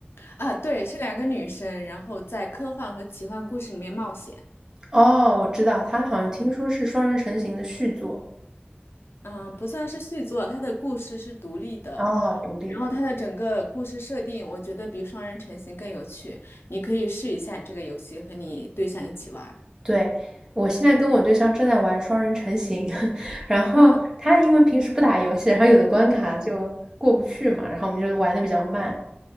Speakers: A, on the left; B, on the right.
A: 啊，对，是两个女生，然后在科幻和奇幻故事里面冒险。
B: 哦，我知道，他好像听说是双人成行的续作。
A: 嗯，嗯，不算是续作，它的故事是独立的，
B: 哦，独立的。
A: 然后它的整个故事设定，我觉得比双人成行更有趣。你可以试一下这个游戏，和你对象一起玩儿
B: 对，我现在跟我对象正在玩双人成行，<laughs> 然后他因为平时不打游戏，
A: 啊，
B: 然后有的关卡就过不去嘛，
A: 嗯。
B: 然后我们就玩的比较慢。